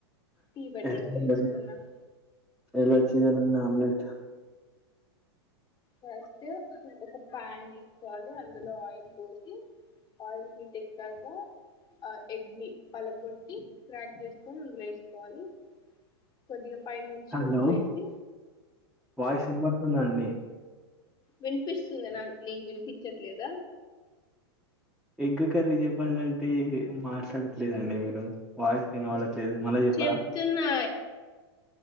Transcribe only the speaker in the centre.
<unintelligible>
హలో
వాయిస్ వినబడుతుంద అండి
ఎగ్గ కర్రీ చెప్పండి అంటే మాట్లాడట్లేదండి మీరు వాయిస్ <unintelligible> లేదు మళ్ళా చెప్పార